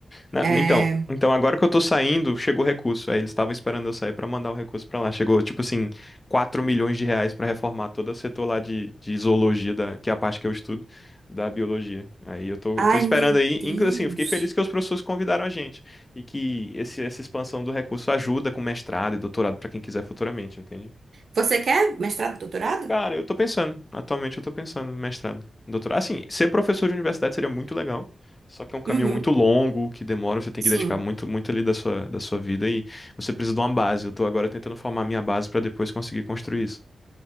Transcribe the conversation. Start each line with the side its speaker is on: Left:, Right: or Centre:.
Left: Na-
Right: É...
Left: Então, então agora que eu tô saindo, chegou o recurso. Aí eles estavam esperando eu sair pra mandar o recurso pra lá. Chegou, tipo assim, 4 milhões de reais pra reformar todo o setor lá de, de zoologia, da, que é a parte que eu estudo, da biologia. Aí eu tô,
Right: Ai,
Left: tô esperando
Right: meu
Left: aí.
Right: Deus.
Left: Inclusive, assim, eu fiquei feliz que os professores convidaram a gente. E que esse, essa expansão do recurso ajuda com mestrado e doutorado pra quem quiser futuramente, entende?
Right: Você quer mestrado, doutorado?
Left: Cara, eu tô pensando. Atualmente eu tô pensando em mestrado, em doutorado. Assim, ser professor de universidade seria muito legal. Só que é um caminho
Right: Uhum,
Left: muito longo, que demora, você tem
Right: sim.
Left: que dedicar muito, muito ali da sua, da sua vida e você precisa de uma base. Eu tô agora tentando formar minha base pra depois conseguir construir isso.